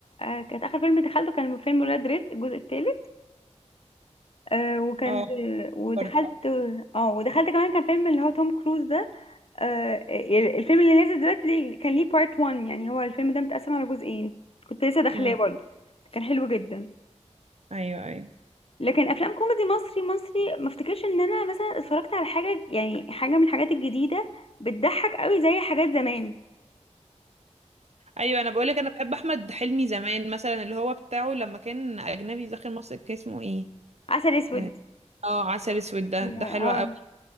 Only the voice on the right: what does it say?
اه
برضه
امم
ايوه ايوه
ايوه انا بقولك انا بحب احمد حلمي زمان مثلا اللي هو بتاعه لما كان اجنبي داخل مصر كان اسمه ايه
اه آه، عسل اسود ده
ده حلو قوي